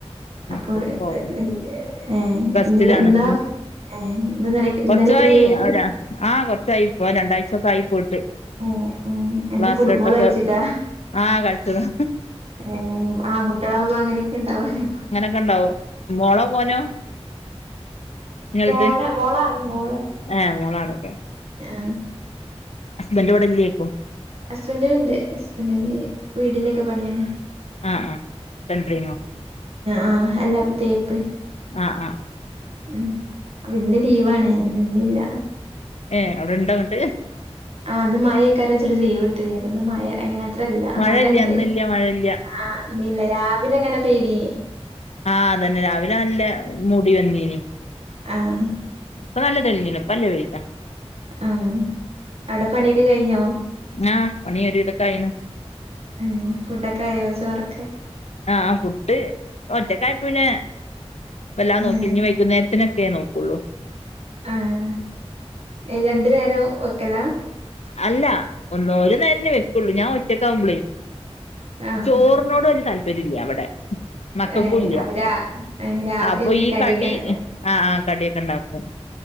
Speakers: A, on the right; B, on the left.
A: അപ്പോൾ
B: അപ്പൊ പോവാ
A: ഏ
B: റെസ്റ്റിലാണ്
A: ഇന്നത ഇന്നാ
B: ഉം
A: ഏ ഇന്നും ഇന്നലെക്കെ ഇന്നലക്കെലീവേനീ
B: കൊറച്ചായി ഒരാ ആഹ് കൊറച്ചായി ഇപ്പൊ രണ്ടാഴ്ചൊക്കെ ആയി പോയിട്ട്
A: ഏ ഏ എന്ത
B: ലാസ്റ്റ്ട്ടൊക്കെ
A: ഫുട്ബോൾ കൾച്ചിട്ടാ
B: ആഹ് കളിച്ചതാ
A: ഏ ആൺകുട്ട്യളാകുമ്പോ അങ്ങനെയൊക്കെ ഇണ്ടാവല്ലോ
B: ക്കെണ്ടാവും മോളോ മോനോ? ഇങ്ങൾത്
A: മോന മോളാണ് മോള
B: ഏഹ് മോളാണല്ലേ
A: ആ
B: ഹസ്ബൻഡ് ഇവിടെ ഇല്ലേക്കും
A: ഹസ്ബൻ്റവടെണ്ട് ഹസ്ബൻറിന് വീടിന്റെക്കെ പണിയാണ്
B: ആഹ് ആഹ് സെൻട്രിങ്ങോ
A: ആ അല്ല തേപ്പ്
B: ആഹ ആഹ് ആ
A: ഉം അപ്പൊ ഇന്ന് ലീവാണ് ഇന്നില്ല
B: ഏഹ് അവിടെ ഇണ്ടന്നിട്ട്
A: ആന്ന് മായയക്കാരാ ചട്ട ലീവ്ടുത് അ മയ അ <unintelligible> അത്രല്ല ആ
B: മഴയില്ല
A: അവിടെണ്ട്
B: ഇന്നില്ല മഴയില്ല
A: ആല്ല രാവിലെ എങ്ങനെ പെയതി
B: ആഹ അതന്നെ രാവിലെ നല്ല മൂടി വന്നീനി
A: ആഹ
B: ഇപ്പൊ നല്ല തെളിഞ്ഞ നല്ല വെയിലാ
A: ആ അവിടെ പണിയൊക്കെ കഴിഞ്ഞോ?
B: ആഹ് പണി ഒരു വിധം ആയി ക്ണ്
A: ഏഹ് ഫുഡൊക്കെ ആയോ ചോറൊക്കെ
B: ആഹ് ഫുഡ് ഒറ്റക്കായപ്പിന്നെ എല്ലാം
A: ഏഹ്
B: നോക്കി ഇനി വൈകുന്നേരത്തിനൊക്കെ നോക്കുള്ളൂ
A: ആഹ രണ്ടു നേരം വെക്കലാ
B: അല്ല ഒന്ന ഒരു നേരല്ലേ വെക്കുള്ളൂ, ഞാൻ ഒറ്റക്കാവുമ്പളേ.
A: ആഹ്
B: ചോറിനോട് വലിയ താല്പര്യം ഇല്ല അവിടെ മക്കൾക്കുല്ലിയഅപ്പൊ
A: ഏഹ് അപ്പൊ രാ ഏഹ് രാത്രി എന്തെങ്കിലും
B: ഈ
A: കടിയൊക്കെ
B: കടി
A: ഇണ്ടാക്കാ
B: ആഹ ആ കടിയൊക്കെ ഇണ്ടാക്കും